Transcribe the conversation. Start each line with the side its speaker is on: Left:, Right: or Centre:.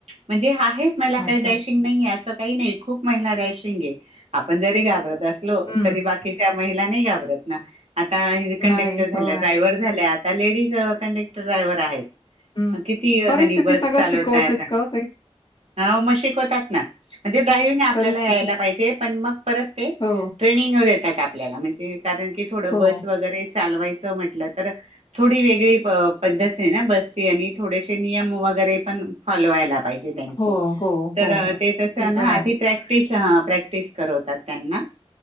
Right: म्हंजे आहे महिला
Left: अच्छा.
Right: काही डॅशिंग नाही असं का नाही खूप महिला रॅशिंग आहे, आपण जरी घाबरत असलो
Left: हं.
Right: तरी बाकीच्या मही ला नाही घाबरत ना, आता कंडक्टर
Left: नाही.
Right: झालं
Left: हो.
Right: झाल्या आता लेडीज कंडक्टर, ड्रायव्हर आहेत.
Left: हं.
Right: किती
Left: परिस्थिती
Right: जणी बस
Left: सगळं
Right: चालवताय
Left: शिकवतेच
Right: आता?
Left: का हो ताई?
Right: हा म शिकवतात ना म्हणजे बाहीरन आपल्याला
Left: परिस्थिती.
Right: यायला पाहिजे पण मग परत ते
Left: हो,
Right: ट्रेनिंगऊ देतात आपल्याला म्हणजे कारण की थोडं
Left: हो,
Right: बस वगैरे चालवायचं म्हटल तर थोडी वेगळी पद्त बस आणि थोडेसे नियम वगैरे पण फॉलो व्हायला पाहिजे त्याचे
Left: हो, हो,
Right: तर
Left: हो.
Right: ते तास न
Left: पण
Right: आदी
Left: आहे.
Right: प्रॅक्टीस हा. प्रॅक्टिस करवतात त्यांना,